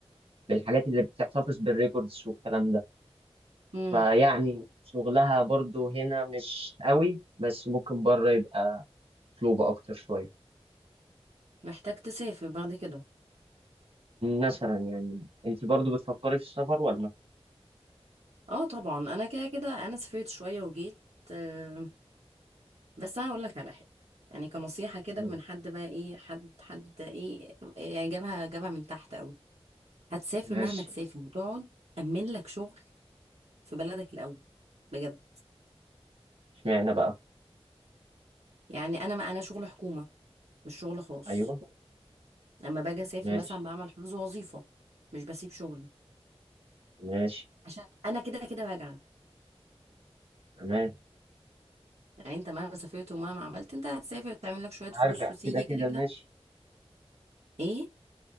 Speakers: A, on the right; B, on the right.
A: بالحاجات اللي بتحتفظ بالريكوردز والكلام ده
B: امم
A: فيعني شغلها برضو هنا مش قوي بس ممكن بره يبقى مطلوبة أكتر شوية
B: محتاج تسافر بعد كده
A: مثلا يعني أنت برضو بتفكري في السفر ولا؟
B: اه طبعا انا كده كده انا سافرت شويه وجيت آه بس انا هقول لك على حاجه يعني كنصيحه كده
A: مم.
B: من حد بقى ايه حد حد ايه يعني جابها جابها من تحت قوي هتسافر
A: ماشي
B: مهما تسافر وتقعد امن لك شغل في بلدك الاول بجد
A: اشمعنى بقى؟
B: يعني انا ما انا شغل حكومه مش شغل خاص
A: أيوه
B: لما باجي اسافر
A: ماشي
B: مثلا بعمل حفظ وظيفه مش بسيب شغلي
A: ماشي
B: عشان انا كده كده راجعه
A: تمام
B: يعني انت مهما سافرت ومهما عملت انت هتسافر تعمل لك شوية فلوس
A: هرجع
B: وتيجي
A: كده
B: كده
A: كده ماشي
B: كده ايه